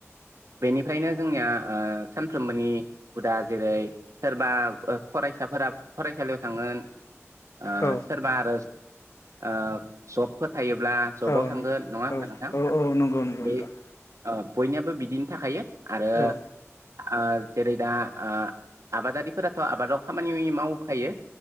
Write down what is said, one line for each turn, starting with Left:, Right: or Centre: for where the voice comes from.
Right: बेनिफ्रायनो जोंनिया ओ सानफ्रोमबोनि हुदा जेरै सोरबा फरायसाफोरा फरायसालियाव थांगोन ओ
Left: औ
Right: सोरबा आरो ओ जबफोर थायोब्ला जबाव
Left: औ
Right: थांगोन नंङा होमबा
Left: औ
Right: नोंथां
Left: औ औ नंगौ नंगौ
Right: बे
Left: नोंथां
Right: ओ बयनियाबो बिदिनो थाखायो आरो
Left: औ
Right: ओ जेरै दा ओ आबादारिफोराथ' आबादाव खामानि मावखायो